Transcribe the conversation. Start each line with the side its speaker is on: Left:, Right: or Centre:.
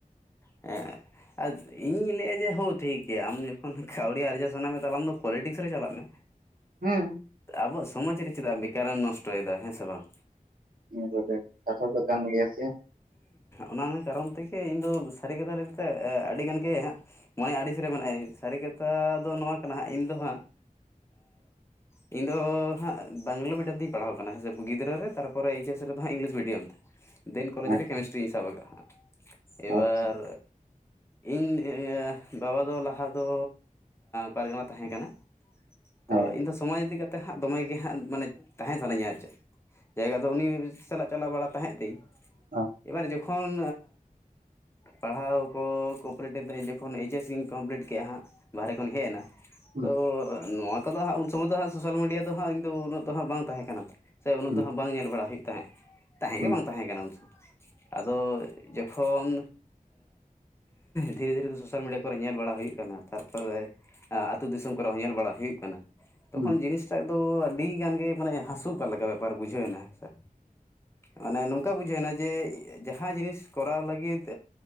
Left: ᱮᱸᱜ ᱟᱨ ᱤᱧ ᱞᱟᱹᱭᱮᱫ-ᱟ ᱡᱮ ᱦᱳᱭ ᱴᱷᱤᱠ ᱜᱮᱭᱟ ᱟᱢ ᱡᱚᱠᱷᱚᱱ ᱠᱟᱹᱣᱰᱤ ᱟᱨᱡᱟᱣ ᱥᱟᱱᱟ ᱢᱮᱭᱟ ᱛᱟᱦᱚᱞᱮ ᱟᱢ ᱫᱚ ᱯᱚᱞᱤᱴᱤᱠᱥ ᱨᱮ ᱪᱟᱞᱟᱜ ᱢᱮ ᱾
Right: ᱦᱮᱸ
Left: ᱟᱵᱚᱣᱟᱜ ᱥᱚᱢᱟᱡᱽ ᱨᱮ ᱪᱮᱫᱟᱜ ᱵᱮᱠᱟᱨᱮᱢ ᱱᱚᱥᱴᱚᱭᱮᱫᱟ ᱦᱮᱸ ᱥᱮ ᱵᱟᱝ
Right: ᱧᱮᱞ ᱞᱮᱜᱮ ᱠᱟᱛᱷᱟ ᱫᱚ ᱠᱟᱱ ᱜᱮᱭᱟ ᱥᱮ
Left: ᱚᱱᱟ ᱠᱟᱨᱚᱱ ᱛᱮᱜᱮ ᱤᱧᱫᱚ ᱥᱟᱹᱨᱤ ᱠᱟᱛᱷᱟ ᱟᱹᱰᱤᱜᱟᱱ ᱜᱮ ᱦᱟᱸᱜ ᱢᱚᱱᱮ ᱟᱹᱲᱤᱥ ᱨᱮ ᱢᱮᱱᱟᱜ-ᱟᱭ ᱥᱟᱹᱨᱤ ᱠᱟᱛᱷᱟ ᱫᱚ ᱱᱚᱣᱟ ᱠᱟᱱᱟ ᱦᱟᱸᱜ ᱤᱧᱫᱚ ᱦᱟᱸᱜ ᱤᱧᱫᱚ ᱦᱟᱸᱜ ᱵᱟᱝᱞᱟ ᱢᱤᱰᱤᱭᱟᱢ ᱛᱮᱧ ᱯᱟᱲᱦᱟᱣ ᱟᱠᱟᱱᱟ ᱦᱮᱸ ᱥᱮ ᱜᱤᱫᱽᱨᱟᱹ ᱨᱮ ᱛᱟᱨᱯᱚᱨ ᱛᱟᱨᱯᱚᱨᱮ ᱮᱤᱪ ᱮᱥ ᱨᱮᱫᱚ ᱦᱟᱸᱜ ᱤᱝᱞᱤᱥ ᱢᱤᱰᱤᱭᱟᱢ ᱛᱮ ᱫᱮᱱ ᱠᱚᱞᱮᱡᱽ
Right: ᱟᱪᱪᱷᱟ
Left: ᱨᱮ ᱠᱮᱢᱤᱥᱴᱨᱤᱧ ᱥᱟᱵ ᱟᱠᱟᱜ-ᱟ ᱦᱟᱸᱜ, ᱮᱵᱟᱨ
Right: ᱟᱪᱪᱷᱟ
Left: ᱤᱧ ᱟᱸ ᱵᱟᱵᱟ ᱫᱚ ᱞᱟᱦᱟ ᱫᱚ ᱯᱟᱨᱜᱟᱱᱟ ᱛᱟᱦᱮᱸ ᱠᱟᱱᱟᱭ ᱾
Right: ᱦᱮᱸ
Left: ᱛᱚ ᱤᱧᱫᱚ ᱥᱚᱢᱟᱡᱽ ᱤᱫᱤ ᱠᱟᱛᱮᱫ ᱦᱟᱸᱜ ᱫᱚᱢᱮᱜ ᱜᱮ ᱦᱟᱸᱜ ᱢᱟᱱᱮ ᱛᱟᱦᱮᱸ ᱥᱟᱱᱟᱧᱟ ᱟᱨ ᱪᱮᱫ ᱡᱟᱭᱜᱟ ᱫᱚ ᱩᱱᱤ ᱥᱟᱞᱟᱜ ᱪᱟᱞᱟᱣ ᱵᱟᱲᱟ ᱛᱟᱦᱮᱸᱫ ᱛᱤᱧ
Right: ᱚ
Left: ᱮᱵᱟᱨ ᱡᱚᱠᱷᱚᱱ ᱯᱟᱲᱦᱟᱣ ᱠᱚ ᱠᱚᱯᱞᱤᱴ ᱡᱚᱠᱷᱚᱱ ᱮᱪᱮᱥ ᱤᱧ ᱠᱚᱢᱯᱞᱤᱴ ᱠᱮᱫ-ᱟ ᱦᱟᱸᱜ ᱵᱟᱦᱨᱮ ᱠᱷᱚᱱ ᱦᱮᱡ ᱮᱱᱟ
Right: ᱦᱮᱸ
Left: ᱛᱚ ᱱᱚᱣᱟ ᱠᱚᱫᱚ ᱦᱟᱸᱜ ᱩᱱ ᱥᱚᱢᱚᱭ ᱫᱚ ᱦᱟᱸᱜ ᱥᱚᱥᱟᱞ ᱢᱤᱰᱤᱭᱟ ᱫᱚ ᱦᱟᱸᱜ ᱤᱧᱫᱚ ᱩᱱᱟᱹᱜ ᱵᱟᱝ ᱛᱟᱦᱮᱸ ᱠᱟᱱᱟ ᱥᱮ ᱩᱱᱟᱹᱜ
Right: ᱦᱮᱸ
Left: ᱫᱚ ᱦᱜ ᱵᱟᱝ ᱧᱮᱞ ᱵᱟᱲᱟ ᱦᱩᱭᱩᱜ ᱠᱟᱱᱟ ᱛᱟᱦᱮᱸᱜ ᱛᱟᱦᱮᱸ
Right: ᱦᱮᱸ
Left: ᱜᱮ ᱵᱟᱝ ᱛᱟᱦᱮᱸ ᱠᱟᱱᱟ ᱩᱱ ᱥᱚᱢᱚᱭ ᱟᱫᱚ ᱡᱚᱠᱷᱚᱱ ᱫᱷᱤᱨᱮ ᱫᱷᱤᱨᱮ ᱫᱚ ᱥᱳᱥᱟᱞ ᱢᱤᱰᱤᱭᱟ ᱠᱚᱨᱮ ᱧᱮᱞ ᱵᱟᱲᱟ ᱦᱩᱭᱩᱜ ᱠᱟᱱᱟ ᱛᱟᱨᱯᱚᱨᱮ ᱟᱹᱛᱩ ᱫᱤᱥᱚᱢ ᱠᱚᱨᱮ ᱦᱚᱸ ᱧᱮᱞ ᱵᱟᱲᱟ ᱦᱩᱭᱩᱜ ᱠᱟᱱᱟ ᱾ ᱛᱚᱠᱷᱚᱱ
Right: ᱦᱮᱸ
Left: ᱡᱤᱱᱤᱥᱴᱟᱜ ᱫᱚ ᱟᱹᱰᱤᱜᱟᱱ ᱜᱮ ᱢᱟᱱᱮ ᱦᱟᱹᱥᱩ ᱠᱟᱜ ᱞᱮᱠᱟ ᱵᱮᱯᱟᱨ ᱵᱩᱡᱷᱟᱹᱣ ᱮᱱᱟ ᱦᱮᱥᱮ ᱢᱟᱱᱮ ᱱᱚᱝᱠᱟ ᱵᱩᱡᱷᱟᱹᱣᱮᱱᱟ ᱡᱮ ᱡᱟᱦᱟᱸ ᱡᱤᱱᱤᱥ ᱠᱚᱨᱟᱣ ᱞᱟᱹᱜᱤᱫ